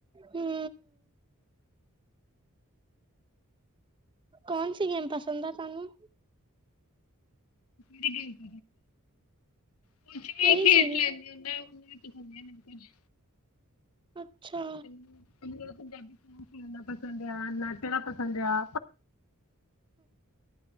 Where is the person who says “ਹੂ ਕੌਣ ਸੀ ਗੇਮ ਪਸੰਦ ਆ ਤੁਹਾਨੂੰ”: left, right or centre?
Right